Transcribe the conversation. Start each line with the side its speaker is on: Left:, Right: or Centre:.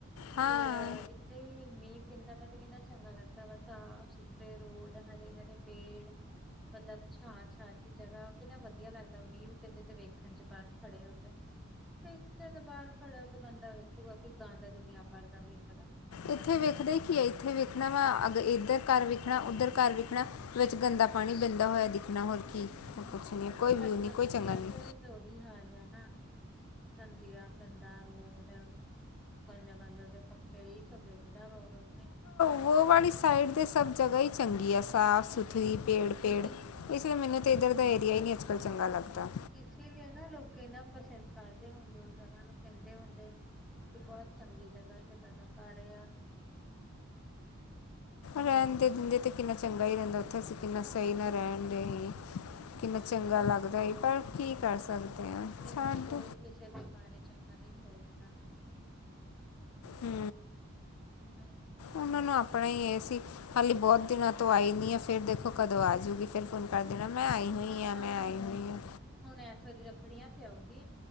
Left: ਹਾਂ
Centre: ਕਿ ਮੀਹ ਪੈਂਦਾ ਵਾ ਤੇ ਕਿੰਨਾ ਚੰਗਾ ਲੱਗਦਾ ਵਾ ਸਾਫ ਸੁਥਰੇ ਰੋਡ ਹਰੇ ਹਰੇ ਪੇੜ ਸ ਬੰਦਾ ਛਛ ਜਗਾ ਕਿੰਨਾ ਵਧੀਆ ਲੱਗਦਾ ਮੀਂਹ ਵੀ ਕਹਿੰਦੇ ਤੇ ਵੇਖਣ ਚ ਬਾਹਰ ਖੜੇ ਹੋ ਕੇ। ਫਦੇ ਤੋਂ ਬਾਹਰ ਖੜ ਹੋ ਕੇ ਬੰਦਾ ਵੇਖੂਗਾ ਕਿ ਗੰਦਾ ਦੁਨੀਆਂ ਭਰਦਾ ਵੇਖਦਾ।
Left: ਇੱਥੇ ਵੇਖਦੇ ਕੀ ਹੈ ਇੱਥੇ ਵੇਖਣਾ ਵਾ ਅ ਇੱਧਰ ਘਰ ਵੇਖਣਾ ਉੱਧਰ ਘਰ ਵੇਖਣਾ। ਵਿੱਚ ਗੰਦਾ ਪਾਣੀ ਪੈਂਦਾ ਹੋਇਆ ਦਿਖਣਾ ਹੋਰ
Centre: ਹੂੰ,
Left: ਕੀ ਕੁਛ ਨਹੀਂ ਕੋਈ ਵਿਊ
Centre: ਸਾਡੀ
Left: ਨਹੀਂ
Centre: ਬਸਤੀਆਂ
Left: ਕੋਈ ਚੰਗਾ ਨਹੀਂ।
Centre: ਚ ਤੇ ਉਹੀ ਹਾਲ ਆ ਨਾ। ਗੰਦੀਆ ਗੰਦਾ ਰੋਡ ਗਾਂਦ ਗਾਂਦੇ ਉਦੇ ਈ ਸੇ ਪਧਾ ਵ ਹੋ।
Left: ਉਹ ਵਾਲੀ ਸਾਈਡ ਦੇ ਸਭ ਜਗਾ ਹੀ ਚੰਗੀ ਆ ਸਾਫ ਸੁਥਰੀ ਪੇੜ ਪੇੜ।
Centre: ਇਸ
Left: ਕਿਸੇ ਮਹੀਨੇ ਤੇ ਇੱਧਰ ਦਾ ਏਰੀਆ ਹੀ ਨਹੀਂ ਅੱਜ ਕੱਲ ਚੰਗਾ ਲੱਗਦਾ
Centre: ਇਸ ਲਈ ਨਾ ਲੋਕ ਨਾ ਪਸੰਦ ਕਰਦੇ ਹੁੰਦੇ ਉਹ ਜਗਾ ਨੂੰ ਕਹਿੰਦੇ ਹੁੰਦੇ ਕਿ ਬਹੁਤ ਚੰਗੀ ਜਗਾ ਤੁਹਾਡਾ ਘਰ ਆ
Left: ਰਹਿਣ ਦੇ ਦਿੰਦੇ ਤਾਂ ਕਿੰਨਾ ਚੰਗਾ ਹੀ ਰਹਿੰਦਾ ਉੱਥੇ ਅਸੀਂ ਕਿੰਨਾ ਸਹੀ ਨਾਲ ਰਹਿਣ ਦੇ ਹੀ
Centre: ਹੂੰ-ਹੂੰ।
Left: ਕਿੰਨਾ ਚੰਗਾ ਲੱਗਦਾ ਪਰ ਕੀ ਕਰ ਸਕਦੇ ਹਾਂ
Centre: ਲੇਕਿਨ
Left: ਛੱਡ
Centre: ਕੋਈ ਕਿਸੇ ਦੇ ਬਾਰੇ ਚੰਗਾ ਨਹੀਂ ਸੋਚਦਾ ਨਾ।
Left: ਹੂ
Centre: ਨਹੀਂ
Left: ਉਹਨਾਂ ਨੂੰ ਆਪਣਾ ਹੀ ਇਹ ਸੀ। ਹੱਲੇ ਬਹੁਤ ਦਿਨਾਂ ਤੋਂ ਆਈ ਨਹੀਂ ਆ ਫਿਰ ਦੇਖੋ ਕਦੋਂ ਆਜੂਗੀ ਫਿਰ ਫੋਨ ਕਰ ਦੇਣਾ ਮੈਂ ਆਈ ਨਹੀਂ ਹਾਂ
Centre: ਜਾਣਾ
Left: ਮੈਂ ਆਈ
Centre: ਉਹਨੇ
Left: ਨਹੀਂ ਹਾਂ।
Centre: ਹੁਣ ਇਸ ਵਾਰੀ ਰੱਖੜੀਆਂ ਤੇ ਆਉਗੀ।